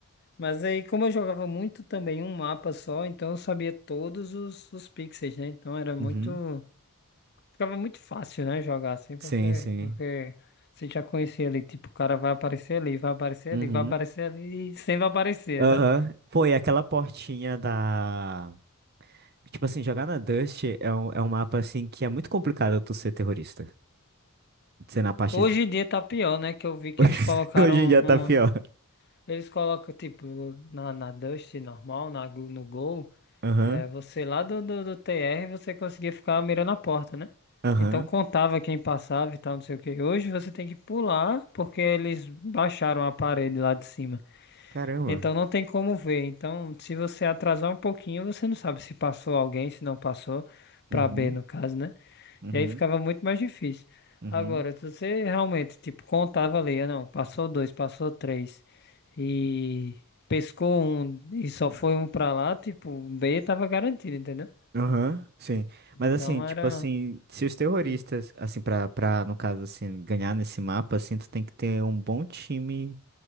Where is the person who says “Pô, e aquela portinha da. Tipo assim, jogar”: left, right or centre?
Right